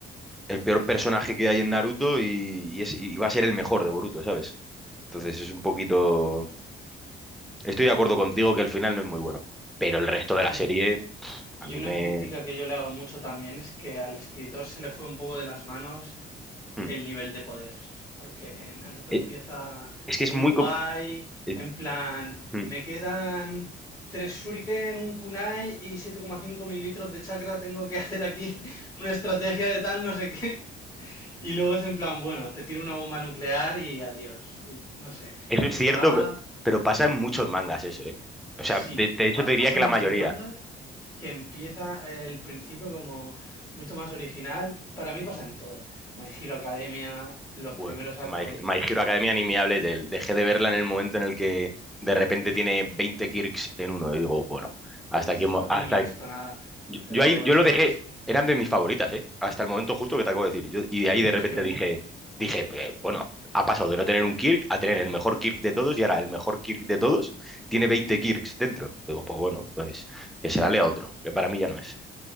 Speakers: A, in the centre; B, on the left (about 15°).
A: el peor personaje que hay en Naruto y, y es, y va a ser el mejor de Boruto, ¿sabes? Entonces es un poquito Estoy de acuerdo contigo que el final no es muy bueno, pero el resto
B: Y,
A: de la
B: un-
A: serie
B: y
A: a mí
B: una
A: me...
B: crítica que yo le hago mucho también es que al escritor se le fue un poco de las manos
A: Mm.
B: el nivel de poder. Porque Naruto
A: Eh,
B: empieza
A: Es que
B: muy
A: es muy...
B: guay,
A: com- eh,
B: en plan,
A: mm.
B: me quedan tres shuriken, un kunai y 7,5 mililitros de chakra, tengo que hacer aquí <laughs> una estrategia de tal, no sé qué. Y luego es en plan, bueno, te tiro una bomba nuclear y adiós. Y no sé,
A: Eso es
B: me
A: cierto,
B: molaba,
A: pe- pero pasa en muchos mangas eso, ¿eh? O sea,
B: sí,
A: de, de hecho
B: pa-
A: te diría
B: pasan
A: que la mayoría.
B: muchos mangas que empieza el principio como mucho más original. Para mí pasa en todos. My Hero Academia, los
A: Bueno,
B: primeros arcos
A: My, My Hero Academia ni me hables de él. Dejé de verla en el momento en el que de repente tiene 20 kirks en uno. Y digo, bueno, hasta
B: Uf,
A: aquí hemos,
B: a mí
A: hasta
B: no me gustó nada,
A: Yo,
B: pero
A: yo ahí yo
B: esa
A: lo dejé,
B: serie es,
A: eran de mis favoritas, ¿eh? Hasta el momento justo que te acabo de decir. Yo- y de ahí de
B: es
A: repente
B: que es
A: dije,
B: mu-
A: dije, eh, bueno, ha pasado de no tener un Kirk a tener el mejor Kirk de todos y ahora el mejor Kirk de todos tiene 20 Kirks dentro. Digo, pues bueno, pues que se la lea otro, que para mí ya no es.